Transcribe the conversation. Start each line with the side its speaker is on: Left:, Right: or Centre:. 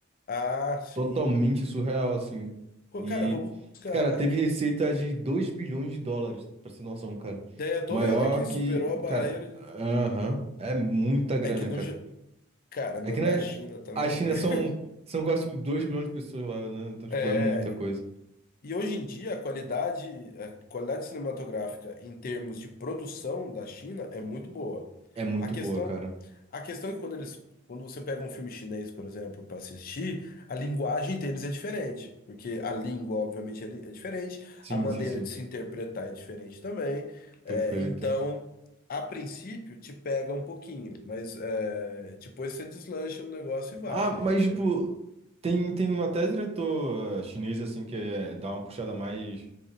Left: Ah, sim.
Right: totalmente surreal, assim.
Left: Pô,
Right: E,
Left: cara, eu vou buscar
Right: cara, teve
Left: aqui.
Right: receita de 2 bilhões de dólares, pra você ter noção, cara.
Left: É, eu tô
Right: Maior
Left: vendo aqui,
Right: que,
Left: superou a barreira
Right: cara,
Left: de.
Right: aham, é muita grana,
Left: É que no.
Right: cara.
Left: Ja- Cara,
Right: É
Left: no-
Right: que
Left: na
Right: na
Left: China também,
Right: a China
Left: velho.
Right: são, são quase tipo, 2 bilhões de pessoas lá, né? Então, tipo,
Left: É.
Right: é muita coisa.
Left: E hoje em dia a qualidade, a qualidade cinematográfica em termos de produção da China é muito boa.
Right: É muito
Left: A questão,
Right: boa, cara.
Left: a questão é que quando eles, quando você pega um filme chinês, por exemplo, para assistir, a linguagem deles é diferente, porque a língua, obviamente, é li- é diferente,
Right: Sim,
Left: a maneira
Right: sim, sim.
Left: de se interpretar é diferente também. É,
Right: Perfeito.
Left: então, a princípio, te pega um pouquinho, mas é, depois você deslancha no negócio e vai.
Right: Ah, mas,
Left: Quando-
Right: tipo, tem, tem um até diretor eh, chinês, assim, que é, dá uma puxada mais.